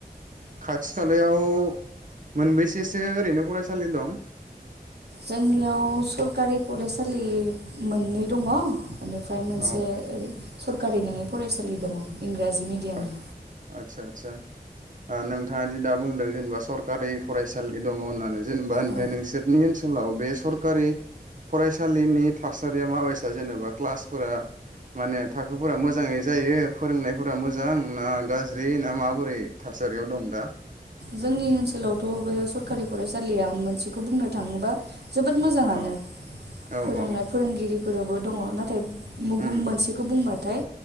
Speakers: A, on the right; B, on the right.
A: खाथि खालायाव मोनबैसेसो ओरैनो फरायसालि दं?
B: जोंनियाव सरखारि फरायसालि मोननै दङ'। बेनिफ्राय मोनसे
A: औ
B: सरखारि नङै फरायसालि दङ इंराजि मिडियामनि
A: ओ आतसा आतसा। ओ नोंथाङा दि दा बुंदों जेनेबा सरकारि फरायसालि दङ होननानै जेनेबा ओमफ्राय
B: औ
A: नोंसोरनि ओ नसोलाव बे सरकारि फरायसालिनि थासारिया माबैसा जेनेबा क्लासफोरा माने थाखोफोरा मोजाङै जायो फोरोंनायफो मोजां ना गाज्रि ना माबोरै थासारियाव दं दा?
B: जोंनि ओनसोलावथ' बे सरखारि फरायसालिया मोनसेखौ बुंनो थाङोबा जोबोद मोजाङानो
A: औ औ
B: फोरोंनाय
A: औ
B: फोरोंगिरिफोराबो दङ नाथाय
A: उम
B: मोनसेखौ बुंबा नाथाय